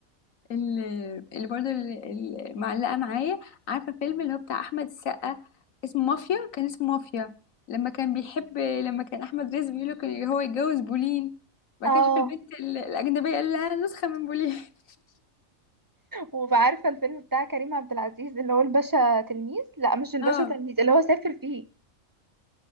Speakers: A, on the left (about 75°); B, on the right (about 25°).
A: ال- اللي برضه ال- ال- معلقه معايا عارفه فيلم اللي هو بتاع احمد السقا اسمه مافيا كان اسمه مافيا لما كان بيحب لما كان احمد رزق بيقول له كان هو يتجوز بولين وبعد
B: اه
A: كده شاف البنت ال- الاجنبيه قال لها نسخه من بولين <laughs>
B: وعارفه الفيلم بتاع كريم عبد العزيز اللي هو الباشا تلميذ لا مش الباشا
A: اه
B: تلميذ اللي هو سافر فيه